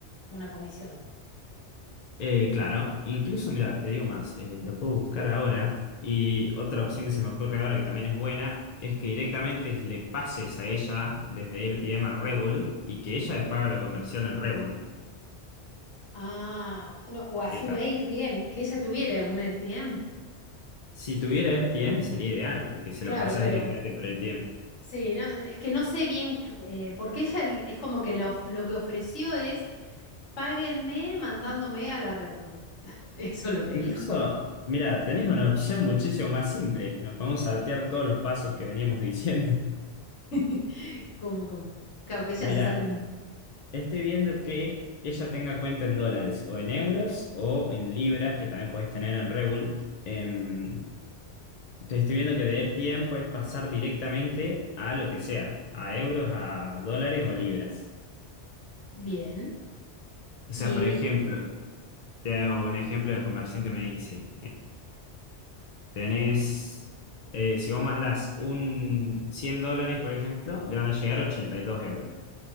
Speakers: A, on the left; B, on the left.
A: una comisión.
B: eh, claro. Incluso, mira, te digo más, eh, lo puedo buscar ahora. Y otra opción que se me ocurre ahora que también es buena es que directamente le pases a ella desde RTM a Revolut y que ella les haga la conversión en Revolut.
A: Ah, no, o a
B: ¿Qué
A: su
B: tal?
A: AirDM, que ella tuviera un AirDM.
B: Si tuviera RTM sería ideal, porque se
A: Claro,
B: lo pasas
A: pero
B: directamente por RTM.
A: Sí, no, es que no sé bien, qué- eh, porque ella el- es como que lo, lo que ofreció es, páguenme mandándome a la Revolut. <laughs> Eso es lo que
B: Incluso,
A: dijo.
B: mira, tenés una opción muchísimo más simple. Nos podemos saltear todos los pasos que veníamos <laughs> diciendo.
A: <laughs> ¿Cómo, cómo? Claro, que ella
B: Mira,
A: se saque un...
B: estoy viendo que ella tenga cuenta en dólares o en euros o en libras, que también puedes tener en Revolut. Em, te estoy viendo que de tiempo es pasar directamente a lo que sea, a euros, a dólares o a libras.
A: Bien.
B: O
A: Y
B: sea, por ejemplo, te hago un ejemplo de conversión que me dice. Tenés, eh, si vos mandás un 100 dólares, por ejemplo, le van a llegar 82 euros.